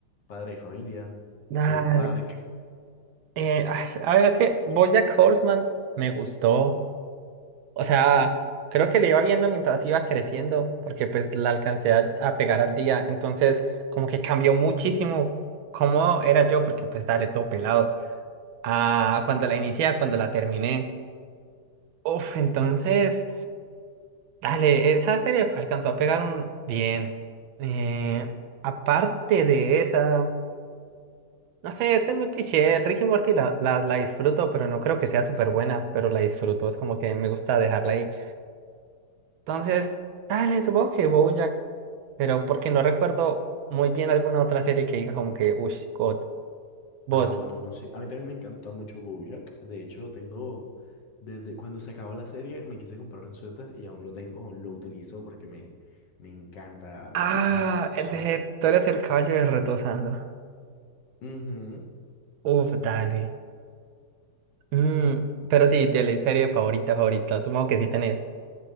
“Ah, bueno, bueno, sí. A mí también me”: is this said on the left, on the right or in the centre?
Left